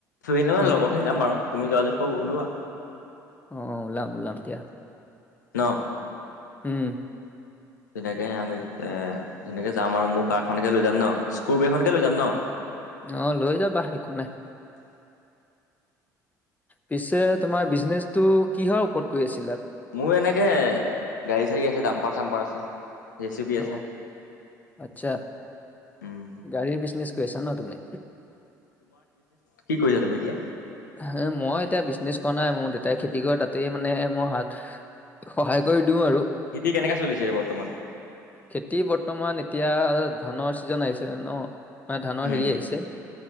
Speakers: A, on the left (about 85°); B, on the left (about 15°).
A: এনেও
B: অ',
A: লগৰ খিনি যাম বাৰু তুমি যোৱা যদি অওঁ ওলোৱা
B: অ ওলাম ওলাম দিয়া
A: ন
B: হুম
A: তেনেকে আমি এ ধুনীয়াকে যাম আৰু মোৰ কাৰখনকে লৈ যাম ন স্কৰপীঅখনকে লৈ যাম ন
B: অহ লৈ যাবা একো নাই পিছে তোমাৰ বিজনেচটো কিহৰ ওপৰত কৰি আছে
A: মোৰ এনেকে গাড়ী চাড়ী আছে ডাম্পাৰ চাম্পাৰ আছে জেচিপি
B: অ
A: আছে
B: আচ্ছা
A: উম
B: গাড়ীৰ বিজনেচ কৰি আছা ন তুমি
A: কি‌ কৰিছা তুমি? এতিয়া
B: হ মই এতিয়া বিজনেছ কোৱা নাই মোৰ দেউতাই খেতি কৰে তাতেই মানে মই হাত সহায় কৰি দিও আৰু
A: খেতি কেনেকে চলিছে বৰ্তমান।
B: খেতি বৰ্তমান এতিয়া ধানৰ ছিজন আহিছে। ন মানে ধানৰ
A: উম
B: হেৰি আহিছে